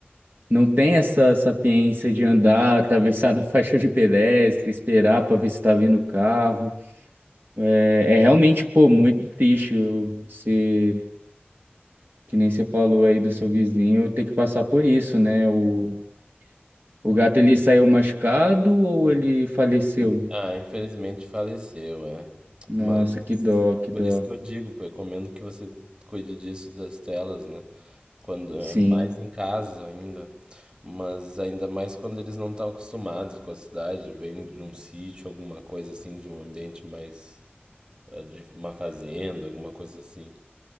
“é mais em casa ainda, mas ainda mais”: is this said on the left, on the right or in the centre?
Right